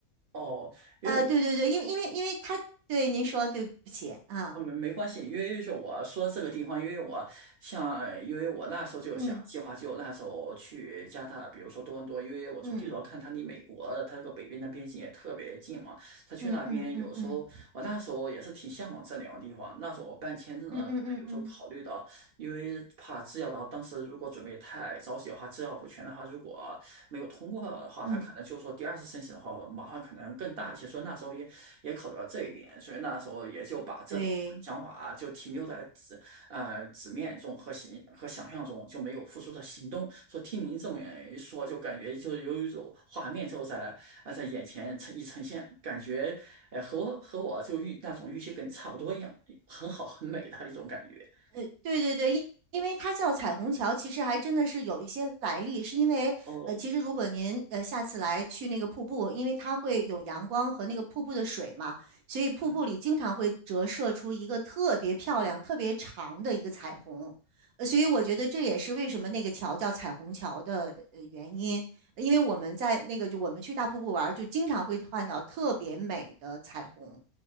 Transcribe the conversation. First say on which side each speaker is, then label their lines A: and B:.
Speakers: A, on the right (about 50°); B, on the right (about 75°).
A: 哦，因为我
B: 呃，对对对，因为因为因为他对您说对不起啊，
A: 啊，没没关系，因为是我说这个地方，因为我像，因为我那时候就想计划，
B: 嗯
A: 就那时候去加拿大，比如说多伦多，因为我从地图上看，
B: 嗯
A: 它离美国的它这个北边的边境也特别近嘛。他去那边有时候，
B: 嗯嗯嗯嗯
A: 我那时候也是挺向往这两个地方。那时候我办签证呢，
B: 嗯嗯嗯嗯嗯，
A: 可能有时候考虑到因为怕制药的话，当时如果准备太着急的话，制药不全的话，如果没有通过的话，
B: 嗯，
A: 他可能就说第二次申请的话，麻烦可能更大一些。所以那时候也也考虑到这一点，所以那时候也就把这种想法啊就停留在纸呃纸面中和想和想象中，
B: 对。
A: 就没有付出的行动。说听您这么一说，就感觉就有一种画面就在啊在眼前呈一呈现，感觉呃和我和我就预那种预期跟你差不多一样，很好很美的一种感觉。
B: 呃，对对对，因因为它叫彩虹桥，其实还真的是有一些来历，是因为呃，
A: 哦，
B: 其实如果您呃下次来去那个瀑布，因为它会有阳光和那个瀑布的水嘛，所以瀑布里经常会折射出一个特别漂亮、
A: 嗯，
B: 特别长的一个彩虹，呃，所以我觉得这也是为什么那个桥叫彩虹桥的呃原因，因为我们在那个就我们去大瀑布玩儿就经常会看到特别美的彩虹，